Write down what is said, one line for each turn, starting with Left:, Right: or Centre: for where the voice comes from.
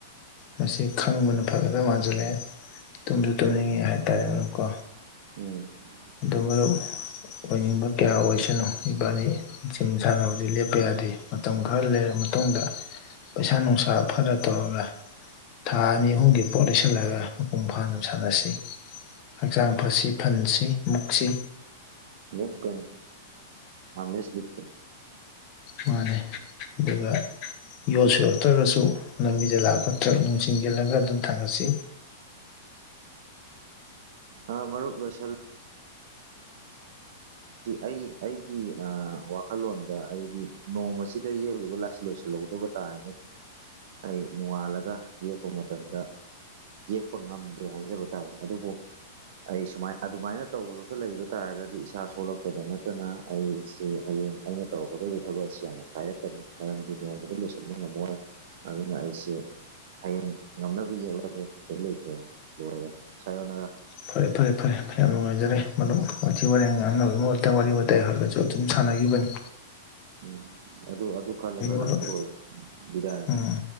Left: ꯃꯁꯤ ꯈꯪꯕꯅ ꯐꯒꯗꯕ ꯃꯥꯟꯁꯤꯜꯂꯛꯑꯦ ꯇꯨꯝꯁꯨ ꯇꯨꯝꯅꯤꯡꯉꯦ ꯍꯥꯏꯇꯥꯔꯦ ꯃꯔꯨꯞꯀꯣ
Right: ꯎꯝ
Left: ꯑꯗ ꯃ ꯑꯣꯏꯅꯤꯡꯕ ꯀꯌꯥ ꯑꯣꯏꯁꯅꯨ ꯏꯕꯥꯅꯤ ꯖꯤꯝ ꯁꯥꯟꯅꯕꯗꯤ ꯂꯦꯞꯄ ꯌꯥꯗꯦ ꯃꯇꯝ ꯈꯔ ꯂꯩꯔꯝꯕ ꯃꯇꯨꯡꯗ ꯄꯩꯁꯥ ꯅꯨꯡꯁꯥ ꯐꯔ ꯇꯧꯔꯒ ꯊꯥ ꯑꯅꯤ ꯑꯍꯨꯝꯒꯤ ꯄꯣꯠ ꯂꯩꯁꯤꯜꯂꯒ ꯃꯄꯨꯡ ꯐꯥꯅ ꯁꯥꯟꯅꯁꯤ ꯍꯛꯆꯥꯡ ꯐꯁꯤ ꯐꯟꯁꯤ ꯃꯨꯛꯁꯤ
Right: ꯃꯀꯅꯤ ꯑꯃꯦꯁ ꯂꯤꯇ
Left: ꯃꯥꯅꯦ ꯑꯗꯨꯒ ꯌꯣꯜ ꯁꯨꯔꯛꯇ꯭ꯔꯒꯁꯨ ꯂꯝꯕꯤꯗ ꯂꯥꯛꯄ ꯇ꯭ꯔꯛ ꯅꯨꯡ ꯆꯤꯡꯖꯤꯜꯂꯒ ꯑꯗꯨꯝ ꯊꯥꯡꯒꯠꯁꯤ
Right: ꯑ ꯃꯔꯨꯞ ꯂꯣꯏꯁꯤꯜꯦ ꯑꯩ ꯑꯩꯒꯤ ꯋꯥꯈꯜꯂꯣꯟꯗ ꯑꯩꯗꯤ ꯅꯣꯡꯃ ꯑꯁꯤꯗ ꯌꯦꯛꯂꯤꯕ ꯂꯥꯏꯁꯤꯜ ꯂꯣꯏꯁꯤꯜꯂ ꯌꯗꯕ ꯇꯥꯔꯒꯗꯤ ꯑꯩ ꯅꯣꯡꯉꯥꯜꯂꯒ ꯌꯦꯛꯄ ꯃꯇꯝꯗ ꯌꯦꯛꯄ ꯉꯝꯗꯦ ꯍꯥꯏꯖꯕ ꯇꯥꯥꯏꯦ ꯑꯗꯨꯕꯨ ꯑꯩ ꯁꯨꯃꯥꯏ ꯑꯗꯨꯃꯥꯏꯅ ꯇꯧꯔꯒ ꯂꯩꯕ ꯇꯥꯔꯒꯗꯤ ꯏꯁꯥ ꯁꯣꯛꯂꯛꯄꯗ ꯅꯠꯇꯅ ꯑꯩꯁꯤ ꯍꯌꯦꯡ ꯑꯩꯅ ꯇꯧꯔꯛꯀꯗꯧꯔꯤꯕ ꯊꯕꯛ ꯑꯁꯤ ꯌꯥꯝꯅ ꯀꯥꯏꯔꯛꯀꯅꯤ ꯃꯔꯝꯗꯤ ꯅꯣꯡꯃꯗ ꯂꯣꯏꯁꯤꯟꯕ ꯉꯝꯃꯣꯏ ꯑꯗꯨꯅ ꯑꯩꯁꯦ ꯍꯌꯦꯡ ꯉꯝꯅꯕ ꯌꯦꯛꯂꯒꯦ ꯀꯔꯤ ꯂꯩꯇ꯭ꯔꯦ ꯂꯣꯏꯔꯦ ꯏꯁꯥ ꯌꯣꯟꯅꯒ
Left: ꯐꯔꯦ ꯐꯔꯦ ꯐꯔꯦ ꯌꯥꯝ ꯅꯨꯡꯉꯥꯏꯖꯔꯦ ꯃꯔꯨꯞꯊꯤ ꯋꯥꯔꯦꯡ ꯉꯥꯡꯅꯕꯒꯤ ꯃꯍꯨꯠꯇ ꯋꯥꯔꯤ ꯋꯥꯇꯥꯏ ꯍꯥꯏꯔꯒꯁꯨ ꯑꯗꯨꯝ ꯁꯥꯟꯅ ꯂꯕꯅꯤ
Right: ꯎꯝ ꯑꯗꯨ ꯑꯗꯨ ꯈꯜꯂꯒ ꯂꯥꯛꯄꯤꯔꯣ
Left: ꯃꯔꯨꯞ
Right: ꯕꯤꯔꯌꯥꯅꯤ
Left: ꯎꯝ